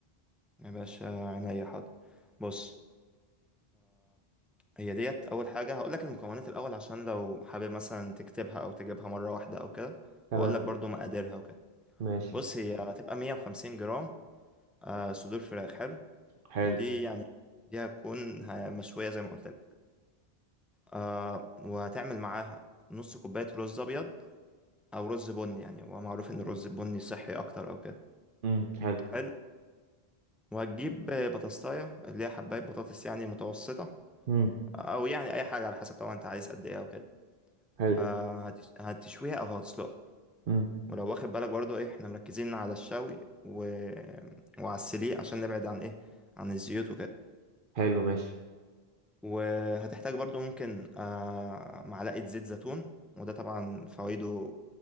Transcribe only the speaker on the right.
تمام
ماشي
حلو
امم حلو
امم
حلو
امم
حلو ماشي